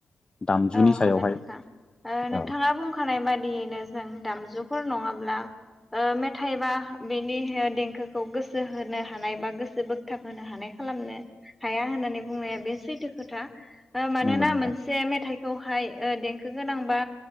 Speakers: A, on the left (about 25°); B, in the centre.
A: दामजुनि
B: औ
A: सायावहाय
B: हागोन नोंथां ओ नोंथाङा
A: औ
B: बुंखानाय बादियैनो जों दामजुफोर नङा। ब्ला ओ मेथाइ बा बेनि देंखोखौ गोसो होनो हानाय बा गोसो बोगथाब होनो हानायखौ। खालामनो हाया होननानै बुंनाया बे सैथो खोथा ओ मानोना
A: नंगौ नोंथां
B: मोनसे मेथाइ। खौहाय ओ देंखो गोनां बा